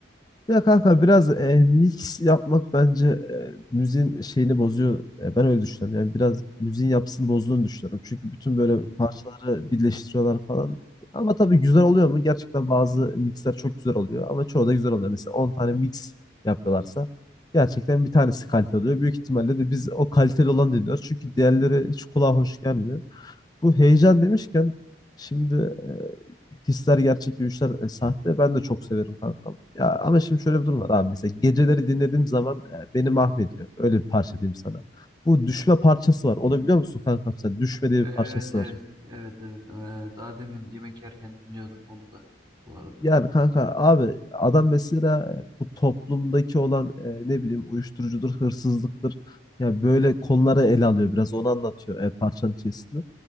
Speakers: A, on the left; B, on the right.
A: Ya kanka biraz e, mix yapmak bence e, müziğin şeyini bozuyor. E, ben öyle düşünüyorum. Yani biraz müziğin yapısını bozduğunu düşünüyorum. Çünkü bütün
B: Hmm.
A: böyle parçaları birleştiriyorlar falan. Ama tabii güzel oluyor mu? Gerçekten bazı mixler çok güzel oluyor. Ama çoğu da güzel oluyor. Mesela 10 tane mix yapıyorlarsa gerçekten bir tanesi kaliteli oluyor. Büyük ihtimalle de biz o kaliteli olanı dinliyoruz. Çünkü diğerleri hiç kulağa hoş gelmiyor. Bu heyecan demişken şimdi e, hisler gerçek, gülüşler e, sahte. Ben de çok severim kankam. Ya ama şimdi şöyle bir durum var abi. Mesela geceleri dinlediğim zaman e, beni mahvediyor. Öyle bir parça diyeyim sana. Bu düşme parçası var. Onu biliyor musun kankam sen? Düşme diye
B: Evet
A: bir parçası
B: evet
A: var.
B: evet evet Ee, daha demin yemek yerken dinliyordum onu da bu arada.
A: Yani kanka abi adam mesela e, bu toplumdaki olan e, ne bileyim uyuşturucudur, hırsızlıktır. Ya böyle konuları ele alıyor biraz onu anlatıyor e, parçanın içerisinde.